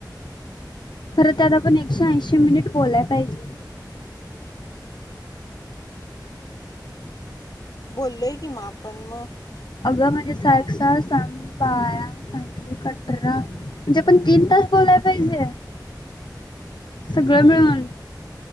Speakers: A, on the left; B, on the left.
A: खरं, त्यात आपण एकशे ऐंशी मिनिट बोलाय पाहिजे.
B: बोललोय की मग आपण मग,
A: अगं म्हणजे सहा एक सा. सा दोन्ही बाया अठरा म्हणजे आपण तीन तास बोलाय पाहिजे. सगळं मिळून.